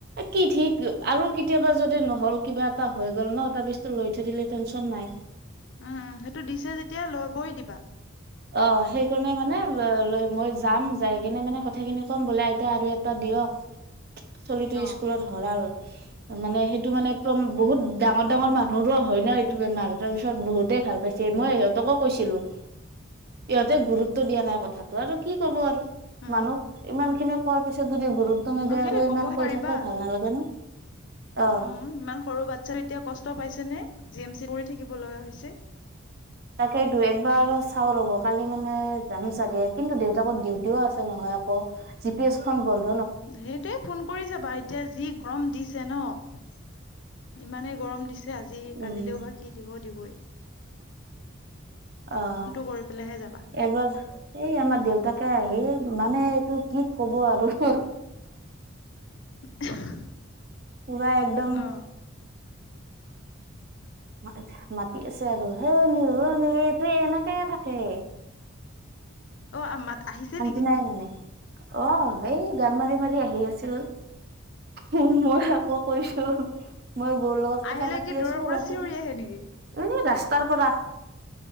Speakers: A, on the right; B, on the left.
A: কি ঠিক। আৰু কেতিয়াবা যদি নহল, কিবা এটা হৈ গ'ল নহ। এই তাবিজটো লৈ থৈ দিলে টেনশ্যন নাই।
B: উম, সেইটো দিছে যেতিয়া ল'বই দিবা।
A: অ', সেইকাৰণে মানে মই যাম। যাই কেনে মানে, কথাখিনি কম বোলে আইতা আৰু এটা। দিয়ক, চলিটো
B: অ অ
A: স্কুলত হ'ৰাল। মানে, সেইটো মানে প্ৰম বহুত। ডাঙৰ ডাঙৰ মানুহৰো হয় নহ, এইটো বেমাৰ? তাৰ পিছত বহুতেই ভাল পাইছে, মই সিহঁতকো কৈছিলো। ইহঁতে গুৰুত্ব দিয়া নাই কথাটো, আৰু কি ক'ব আৰু
B: উম
A: মানুহক ইমান। সেই খিনি কোৱাৰ পিছত যদি গুৰুত্ব নিদিয়ে
B: অ সেইটোৱে
A: আৰু ইমান
B: কবহে
A: কৈ
B: পাৰিবা
A: থাকোও ভাল নালাগে ন অ
B: উম, ইমান সৰু বাচ্ছা এতিয়া কষ্ট পাইছে নে? জি এম চি কৰি থাকিব লগা হৈছে।
A: তাকেটো একবাৰ চাও ৰব কালি মানে যাম চাগে, কিন্তু দেউতাকৰ ডিউটিও আছে নহয়। <unintelligible> জি পি এছ খন বন।
B: সেইটোৱে, ফোন কৰি যাবা এতিয়া যি গৰম দিছে নহ। ইমানেই গৰম দিছে আজি,
A: উম
B: কালিলেও বা কি দিব-দিবয়েই।
A: অ',
B: কৰি পেলাইহে যাবা
A: এবাৰ এই আমাৰ। দেউতাকে আহি, মানে এইটো কি ক'ব আৰু।
B: <unintelligible>
A: পোৰা একদম।
B: অ
A: মাতি আছে আৰু, হে নো অ নো ইটো এনেকে থাকে।
B: অ'। <unintelligible>
A: শান্তি
B: নেকি
A: নাই মানে, অ' এই গান মাৰি মাৰি আহি আছিল। উম, মই আকৌ কৈছো। মই বৌৰ লগত কথা
B: আহিলে
A: পাতি
B: কি দূৰৰ
A: আছো, অলপ
B: পৰা
A: সময়।
B: চিঞৰি আহে নেকি
A: উম, ৰাস্ত। ক'ৰ পৰা,